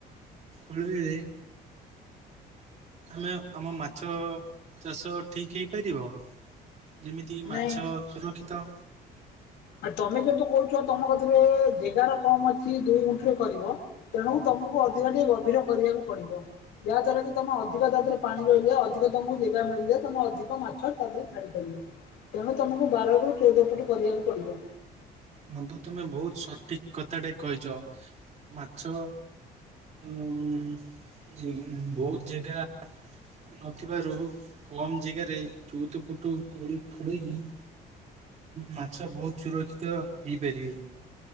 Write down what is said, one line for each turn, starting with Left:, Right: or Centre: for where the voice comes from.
Right: ଖୋଳିଲେ। ଆମେ ଆମ ମାଛ ଚାଷ ଠିକ୍ ହେଇପାରିବ। ଯେମିତି କି ମାଛ
Left: ନାଇଁ
Right: ସୁରକ୍ଷିତ।
Left: ଆ ତମେ ଯୋଉତ କହୁଚ ତମ କତିରେ ଜେଗାର କମ ଅଛି ଦୁଇ ଗୁଣ୍ଠିରେ କରିବ। ତେଣୁ ତମକୁ ଅଧିକ ଟିକେ ଗଭୀର କରିବାକୁ ପଡିବ। ଯାହାଦ୍ଵାରା କି ତମେ ଅଧିକ ତା ଦେହରେ ପାଣି ରହିଲେ ଅଧିକ ତମକୁ ଜାଗା ମିଳିଲେ ତମେ ଅଧିକ ମାଛ ତା ଦେହରେ ଛାଡିପାରିବ। ତେଣୁ ତମକୁ ବାର ରୁ ଚଉଦ ଫୁଟ କରିବାକୁ ପଡିବ।
Right: ବନ୍ଧୁ ତମେ ବହୁତ ସଠିକ କଥାଟେ କହିଛ ମାଛ ଉ ବହୁତ ଜାଗା ନଥିବାରୁ କମ୍ ଜାଗାରେ ଚଉଦ ଫୁଟୁ ଗୋଳି ଖୋଡ଼େଇି <inaudible> ମାଛ ବହୁତ ସୁରକ୍ଷିତ ହେଇପାରିବେ।